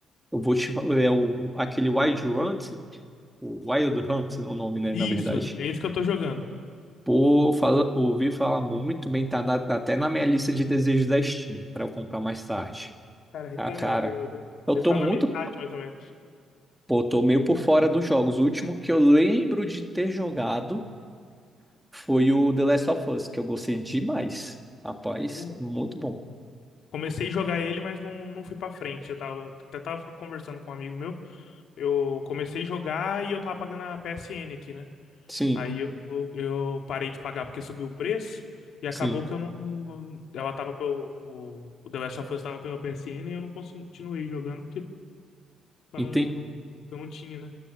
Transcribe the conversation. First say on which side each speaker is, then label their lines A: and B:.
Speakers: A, in the centre; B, on the left.
A: Eu vou te falar, é o, aquele Wild Hunt, o Wild Hunt é o nome, né,
B: Isso,
A: na verdade.
B: é isso que eu tô jogando.
A: Pô, fala, ouvi falar muito bem, tá na- tá até na minha lista de desejos da Steam, pra eu comprar mais tarde.
B: Cara, recomendo.
A: Ah, cara,
B: Eu devo,
A: eu
B: devo
A: tô
B: estar
A: muito,
B: na metade, mais ou menos.
A: pô, tô meio por fora dos jogos. O último que eu lembro de ter jogado foi o The Last of Us, que eu gostei demais. Rapaz,
B: Como?
A: muito bom.
B: Comecei a jogar ele, mas não, não fui pra frente. Eu tava, até tava conversando com um amigo meu. Eu comecei a jogar e eu tava pagando a PSN aqui, né?
A: Sim,
B: Aí eu, eu parei de pagar porque subiu o preço. E acabou
A: sim.
B: que eu não. Ela tava pelo. O, o The Last of Us tava pela PSN e eu não continuei jogando porque pra
A: Entendi.
B: não, não, eu não tinha, né?